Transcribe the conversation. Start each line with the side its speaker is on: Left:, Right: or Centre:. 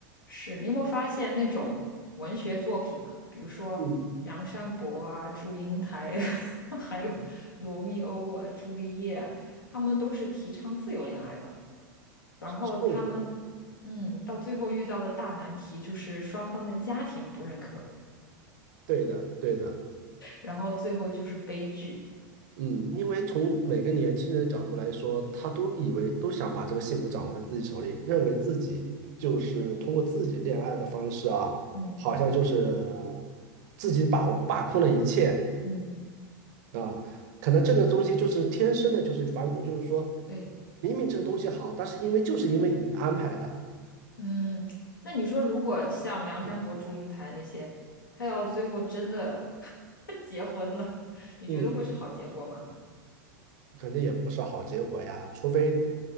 Left: 是你有没有发现那种文学作品啊，比如说梁山伯啊、
Right: 嗯，
Left: 祝英台呀、<laughs> 还有罗密欧啊、朱丽叶啊他们都是提倡自由恋爱的，然后他们。
Right: 是的
Left: 嗯，到最后遇到的大难题就是双方的家庭不认可，
Right: 对的，对的。
Left: 然后最后就是悲剧。
Right: 嗯，因为从每个年轻人的角度来说，他都以为都想把这个幸福掌握在自己手里，认为自己就是通过自己恋爱的方式啊，
Left: 嗯
Right: 好像就是自己把把控了一切
Left: 嗯。
Right: 啊。可能这个东西就是天生的，就是反骨，就是说
Left: 对。
Right: 明明这个东西好，但是因为就是因为你安排的，
Left: 嗯，那你说，如果像梁山伯、
Right: 嗯，
Left: 祝英台那些，他要最后真的 <laughs> 结婚了，你觉得会是好结果吗？
Right: 嗯肯定也不是好结果呀。除非